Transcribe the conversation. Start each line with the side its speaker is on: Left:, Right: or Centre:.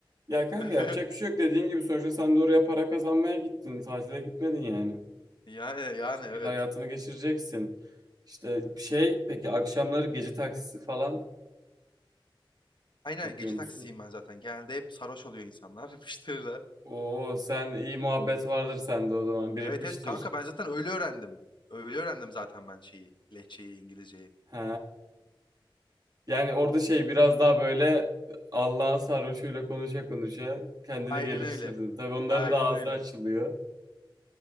Right: Ya kanka
Left: <laughs>
Right: yapacak bir şey yok dediğin gibi sonuçta sen de oraya para kazanmaya gittin. Tatile gitmedin yani.
Left: Yani yani
Right: Bir şekilde
Left: evet.
Right: hayatını geçireceksin. İşte şey peki akşamları gece taksisi falan
Left: Aynen
Right: yapıyor
Left: gece
Right: musun?
Left: taksisiyim ben zaten. Genelde hep sarhoş oluyor insanlar, <laughs> müşteriler.
Right: Oo sen iyi muhabbet vardır sende o zaman birikmiştir.
Left: Evet evet kanka ben zaten öyle öğrendim. Öyle öğrendim zaten ben şeyi, lehçeyi, İngilizceyi.
Right: He. Yani orada şey biraz daha böyle Allah'ın sarhoşuyla konuşa konuşa kendini
Left: Aynen
Right: geliştirdin.
Left: öyle.
Right: Tabii onların
Left: Aynen
Right: da ağzı
Left: öyle.
Right: açılıyor.